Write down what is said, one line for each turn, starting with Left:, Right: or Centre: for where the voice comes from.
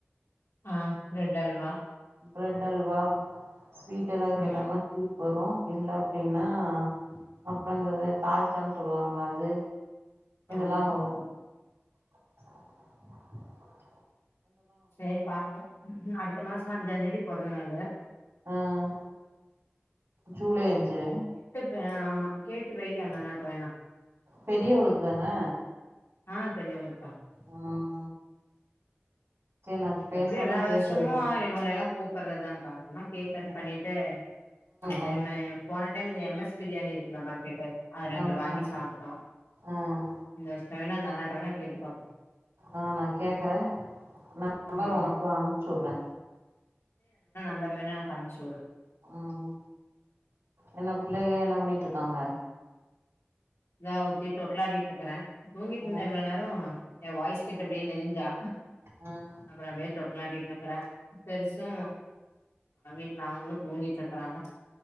Left: ஆஹ பிரெட் அல்வா
Right: ப்ரெட் அல்வா வீட்ட ஏதாவது கேட்டன்னா
Left: ம்
Right: வரும் இல்ல அப்டின்னா அப்றந்தது தாய் ச்சன் சொல்லுவாங்களா அது இதெல்லா
Left: ஆமா
Right: வரும் <unintelligible>
Left: சரி பாப்போம் அடுத் த்து மாசம் அஞ்சாந்தேதி பொறந்தனாலு
Right: ம் ம் ஜூலை அஞ்சு
Left: ஏ ஆமா கேட்டு வெய் அந்த அண்ணாட்ட வேணா
Right: பெரியவளுக்குதானே
Left: ஆ பெரியவளுக்குதா
Right: உம் நா பேசுனேன்னா
Left: எப்படியு எல்லா
Right: கேட்டு
Left: வருஷமு
Right: வைக்கிறே
Left: ஆ இவுங்களையெல்லா கூப்பர்றதா <unintelligible> கேக்
Right: ம்
Left: கட் பண்ணிட்டு அந்த
Right: ம்
Left: டைம்மு போன என்து எம் எஸ் பிரியாணி இருக்குல்ல பக்கெட்டு அ ரண்டு
Right: ஆமா
Left: வாங்கி சாப்ட்டோ
Right: ம்
Left: இந்த <unintelligible> வேனா நல்லாரு ட வேனா கேட்டு பாப்போ
Right: ஆ நா கேக்கறே நா நம்பர்
Left: ம்
Right: உனக்கு அனுப்ச்சி உடறே
Left: ம்பர் வேணா எனக்கு அனுப்ச்சு உடு
Right: ம் என்ன பிள்ளைக என்ன பண்ணிட்ருக்காங்க
Left: தா ஒருத்தி தொட்டிலாடிட்ருக்குறே தூங்கிட்ருந்த
Right: ம்
Left: இவ்ள நேரோ எ வாய்ஸ் கேட்டு அப்டியே நெளிஞ்சா
Right: ம்
Left: அப்ற அப்டியே தொட்டலாட்டிட்ருக் கறே பெருசு அ வீட்டுல அவங்களு தூங்கிட் ருக்கறாங்க